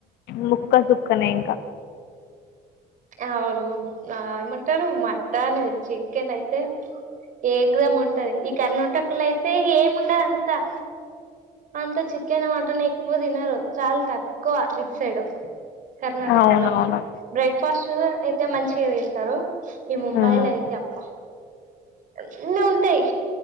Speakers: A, on the left; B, on the right.
A: ముక్క సుక్కనె ఇంక
B: ఔను ఆ ఏమంటరు మట్టను, చిక్కెన్ అయితే ఏగ్ధం ఉంటది ఇ కర్నాటక్లొ అయితే ఇగ్ ఏం ఉండద్ అంత. అంత చిక్కెన్, మట్టన్ ఎక్వ తినరు చాల తక్వ ఇట్ సైడు. కర్ణాటకలొ
A: అవునవును
B: బ్రే ఫాస్టుగా అయితే మంచిగ తింటరు. ఈ మొంబైలో
A: ఉమ్.
B: అయితే అబ్బ అన్నుంటయ్